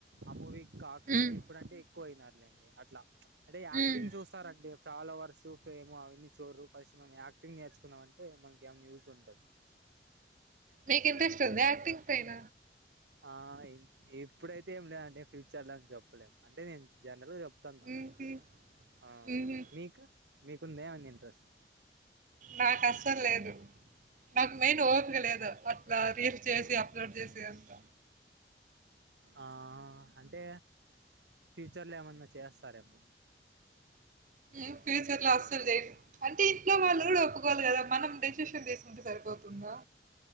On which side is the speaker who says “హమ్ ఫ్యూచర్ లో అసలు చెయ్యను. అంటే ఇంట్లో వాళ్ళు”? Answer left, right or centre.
Right